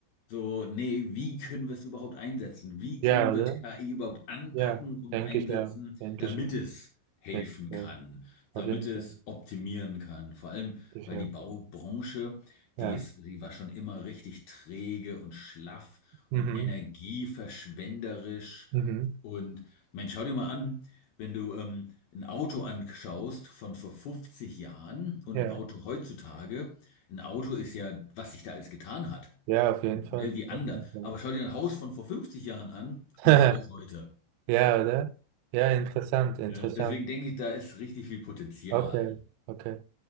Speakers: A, on the left; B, on the right.
A: so, nee, wie können wir es überhaupt einsetzen? Wie
B: Ja,
A: können
B: oder?
A: wir KI überhaupt anpacken
B: Ja,
A: und
B: denke
A: einsetzen,
B: ich ja. Denke
A: damit
B: ich ja.
A: es helfen
B: Denke ich ja.
A: kann,
B: Auf
A: damit
B: jeden
A: es
B: Fall.
A: optimieren kann? Vor allem,
B: Ich,
A: weil
B: ja.
A: die Baubranche,
B: Ja.
A: die ist, die war schon immer richtig träge und schlaff
B: Mhm.
A: und energieverschwenderisch.
B: Mhm.
A: Und man, schau dir mal an, wenn du ähm, ein Auto anschaust von vor 50 Jahren und
B: Ja.
A: ein Auto heutzutage, ein Auto ist ja, was sich da alles getan hat.
B: Ja, auf jeden
A: Ne,
B: Fall.
A: wie ander.
B: Auf jeden Fall.
A: Aber schau dir ein Haus von vor 50 Jahren an
B: <laughs>
A: und ein Haus heute.
B: Ja, oder? Ja, interessant, interessant.
A: Ne? Deswegen denke ich, da ist richtig viel Potenzial.
B: Okay, okay.